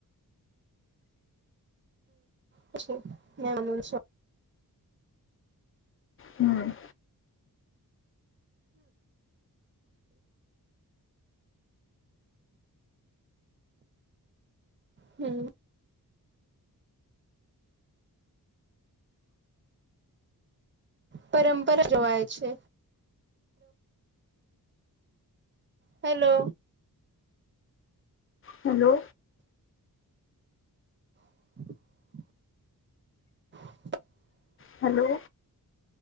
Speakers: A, on the right; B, on the left.
A: પછી નાનું સા
B: હમ.
A: હમ. પરંપરા જવાય છે. હેલો.
B: હેલો.
A: હ <unintelligible> <inaudible>
B: હેલો.